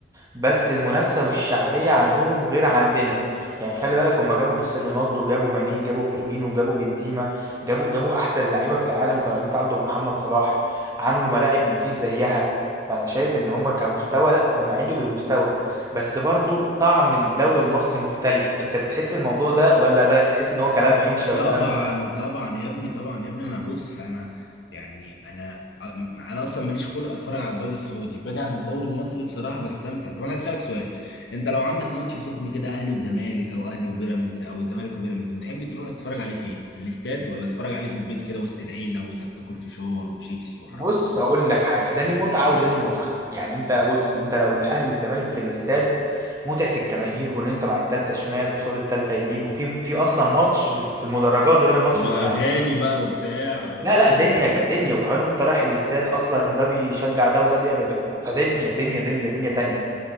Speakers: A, on the right; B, on the left.
A: بس المنافسه والشعبيه عندهم غير عندنا يعني خلي بالك هم جابوا كريستيانو رونالدو جابوا ماني جابوا فيرمينو جابوا بنزيما جابوا جابوا احسن لعيبه في العالم كانوا قاعدين يتعاقدوا مع محمد صلاح عملوا ملاعب مفيش زيها فانا شايف ان هم كمستوى لا هم عليوا بالمستوى بس برضو طعم الدوري المصري مختلف انت بتحس الموضوع ده ولا ده تحس ان هو كلام انشا
B: طبعا
A: وكلام
B: طبعا يا ابني طبعا يا ابني انا بص انا يعني انا أم- انا اصلا ماليش خلق اتفرج على الدوري السعودي باجي عند الدوري المصري بصراحه بستمتع طب انا عايز اسالك سؤال انت لو عندك ماتش سخن كده اهلي وزمالك او اهلي وبيراميدز او الزمالك وبيراميدز بتحب تروح تتفرج عليه فين في الاستاد ولا تتفرج عليه في البيت كده وسط العيله وانت بتاكل فشار وشيبسي وحركات
A: بص هقول لك حاجه ده ليه متعه وده ليه متعه يعني انت بص انت لو الاهلي والزمالك في الاستاد متعه الجماهير وان انت مع التالتة شمال قصاد التالتة يمين وفي في اصلا ماتش في في المدرجات غير الماتش
B: واغاني
A: اللي في الملعب
B: بقى وبتاع وكده
A: لا لا دنيا كدنيا وكمان وانت رايح الاستاد اصلا ده بيشجع ده وده بيعمل فدنيا دنيا دنيا دنيا تانية